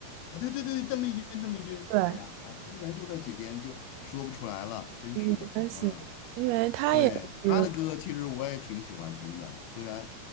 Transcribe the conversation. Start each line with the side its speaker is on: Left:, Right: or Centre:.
Left: 啊！对对对，邓丽君，邓丽君，
Right: 对，
Left: 哎呀，平台就在嘴边，就说不出来了，真是的。
Right: 嗯，关系，
Left: 嗯，
Right: 因为他也是。
Left: 对，她的歌其实我也挺喜欢听的，虽然